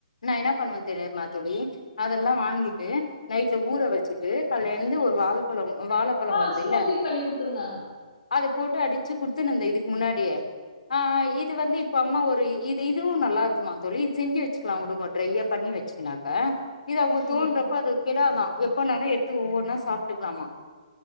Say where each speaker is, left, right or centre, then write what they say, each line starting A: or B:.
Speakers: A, on the left (about 90°); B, on the left (about 70°).
A: என்ன பண்ணுவே தெரியிமா தோழி அதெல்லா வாங்கிட்டு நைட்ல ஊற வச்சிட்டு கால்ல எழுந்து ஒரு வாழ் பழம் அ வாழப்பழோ
B: ஆ
A: வருதில்ல
B: ஸ்மூத்தி பண்ணி குடுத்துருங்க
A: அத போட்டு அடிச்சு குடுத் எத்துனு வந்த இதுக்கு முன்னாடி ஆஹ் ஆ இது வந்து இப்ப அம்மா ஒரு இ இது இதுவு நல்லாருக்குமா தோழி இது செஞ்சு வச்சுக்கலா <unintelligible> ட்ரையா பண்ணி வெச்சிக்கினாக்க இது அவங்க தோன்றப்ப
B: ம்
A: அது கெடாதா எப்பனாலு எடுத்து ஒவ்வொன்னா சாப்ட்டுக்கலாமா